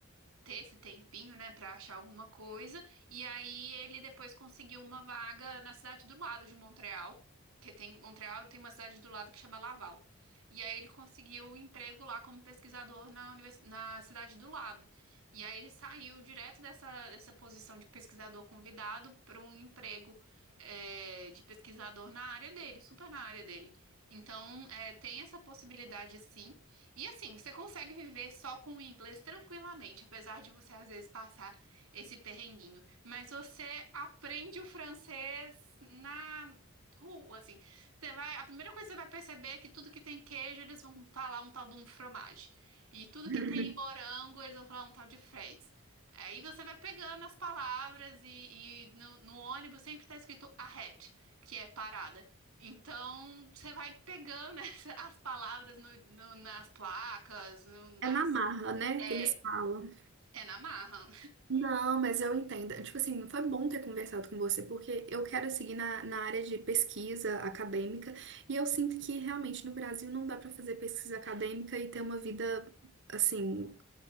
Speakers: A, on the right; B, on the right.
A: ter esse tempinho, né, pra achar alguma coisa. E aí ele depois conseguiu uma vaga na cidade do lado de Montreal, que tem Montreal tem uma cidade do lado que chama Laval. E aí ele conseguiu um emprego lá como pesquisador na, univers- na cidade do lado. E aí ele saiu direto dessa, dessa posição de pesquisador convidado para um emprego eh, de pesquisador na área dele, super na área dele. Então, eh, tem essa possibilidade sim. E assim, você consegue viver só com o inglês tranquilamente, apesar de você às vezes passar esse perrenguinho. Mas você aprende o francês na rua, assim. Você vai, a primeira coisa que você vai perceber é que tudo que tem queijo, eles vão falar um tal de um fromage. E tudo
B: <laughs>
A: que tem morango, eles vão falar um tal de fraise. Aí você vai pegando as palavras e, e no, no ônibus sempre está escrito ahead, que é parada. Então, você vai pegando <laughs> essa- as palavras no- no- nas placas, no- nas.
B: É na marra, né,
A: É,
B: que eles falam.
A: é na marra.
B: Não, mas eu entendo. Tipo assim, foi bom ter conversado com você, porque eu quero seguir na, na área de pesquisa acadêmica, e eu sinto que realmente no Brasil não dá para fazer pesquisa acadêmica e ter uma vida, assim,